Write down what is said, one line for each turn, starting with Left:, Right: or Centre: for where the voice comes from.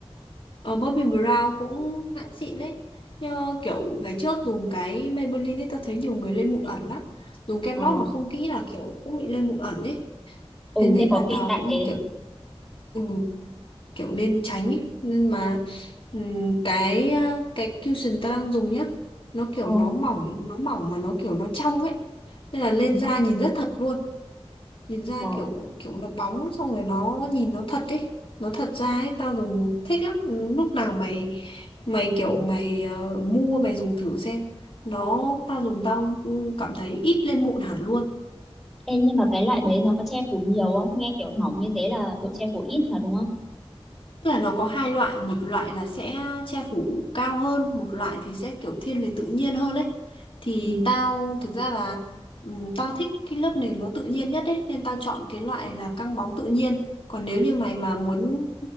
Left: ờ Bobbi Brown cũng hãng xịn đấy Nhờ kiểu ngày trước dùng cái Maybelline ấy tao thấy nhiều người lên mụn ẩn lắm Dùng kem
Centre: ờ
Left: lót mà không kỹ là kiểu cũng bị lên mụn ẩn ấy
Centre: ừ
Left: Thế nên
Centre: thế có
Left: là
Centre: khi
Left: tao
Centre: tại
Left: cũng
Centre: thế
Left: kiểu ừ, kiểu nên tránh ấy Nhưng mà ừm, cái ờ, cái cushion tao đang dùng nhá Nó kiểu
Centre: ờ
Left: nó mỏng nó mỏng mà nó kiểu nó trong ấy Nên là lên
Centre: ừ.
Left: da nhìn rất thật luôn nhìn ra
Centre: ờ
Left: kiểu kiểu nó bóng xong rồi nó nhìn nó thật ấy nó thật ra ấy tao dùng thích lắm Ừ, lúc nào mày mày kiểu mày ờ, mua mày dùng thử xem nó tao dùng tao ừ, cảm thấy ít lên mụn hẳn luôn
Centre: Ê, nhưng mà cái loại đấy nó có che phủ nhiều không nghe kiểu mỏng như thế là độ che phủ ít mà đúng không
Left: Tức là nó có hai loại, một loại là sẽ che phủ cao hơn, một loại thì sẽ kiểu thiên về tự nhiên hơn ấy. Thì
Centre: ừ.
Left: tao thực ra là ừm, tao thích cái lớp nền nó tự nhiên nhất ấy, nên tao chọn cái loại là căng bóng tự nhiên. Còn nếu như mày mà muốn